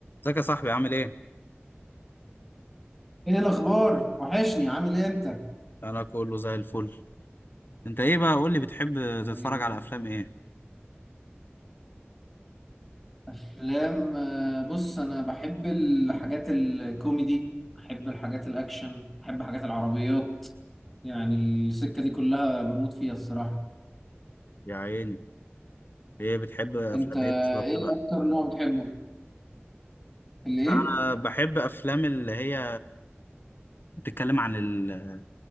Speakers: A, on the left; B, in the centre.
A: ازيك يا صاحبي عامل ايه؟
B: ايه الاخبار وحشني عامل ايه انت
A: انا كله زي الفل انت ايه بقى قول لي بتحب
B: طيب.
A: تتفرج على افلام ايه؟
B: افلام آه، بص انا بحب الحاجات الكوميدي بحب الحاجات الاكشن بحب حاجات العربيات يعني السكة دي كلها بموت فيها الصراحة
A: يا عيني ايه بتحب افلام
B: انت
A: ايه بالظبط
B: ايه
A: بقى؟
B: اكتر نوع بتحبه الايه
A: لا انا بحب افلام اللي هي بتتكلم عن ال...